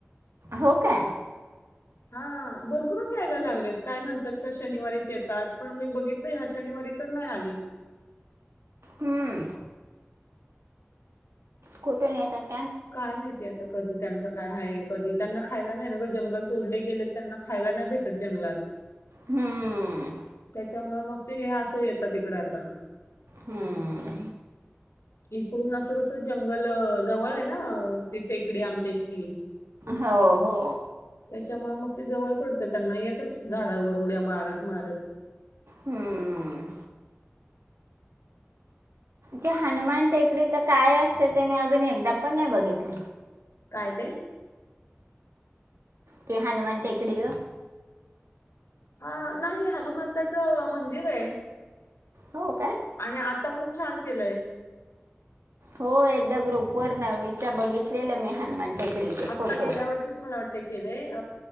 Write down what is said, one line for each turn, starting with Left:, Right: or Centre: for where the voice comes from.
Right: हो काय?
Left: हा भरपूरच यायला लागलेत काय म्हणतात का शनिवारीच येतात पण मी बघितलं ह्या शनिवारी तर नाही आधी.
Right: हम्म. कुठून येतात?
Left: काय माहितीय आता कधी त्यांच काय आहे, कधी त्यांना खायला नाही ना का जंगल तोडले गेले,. त्यांना खायला नाही भेटत जंगलात
Right: हम्म.
Left: त्यामुळे मग ते हे असं येतात तिकड आता.
Right: हम्म.
Left: इकडून असं कसं जंगल जवळ आहे ना ती टेकडी आमच्या इथली.
Right: हो हो.
Left: त्याच्यामुळे मग ते जवळ पडतं त्यांना येतच झाडावर उड्या मारत मारत
Right: हम्म ते हनुमान टेकडी तर काय असते ते मी अजून एकदा पण नाही बघितली
Left: काय ते
Right: के हनुमान टेकडी
Left: हा नाही हनुमंताचं मंदिर आहे
Right: हो काय
Left: आणि आता खूप छान केलंय
Right: हो एकदा ग्रुप वर नव् त्या बघितलेलं मी हनुमान टेकडीचे फोटो
Left: आता गेल्या वर्षीच मला वाटतय केलंय